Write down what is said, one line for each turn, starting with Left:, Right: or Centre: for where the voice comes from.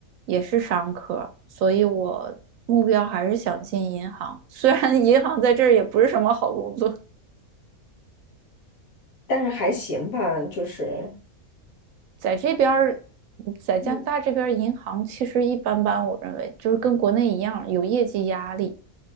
Right: 也是商科，所以我目标还是想进银行。虽然银行在这儿也不是什么好工作，
Left: 但是还行吧，就是
Right: 在这边儿，在加拿大这边儿银行其实一般般，
Left: 嗯
Right: 我认为就是跟国内一样有业绩压力。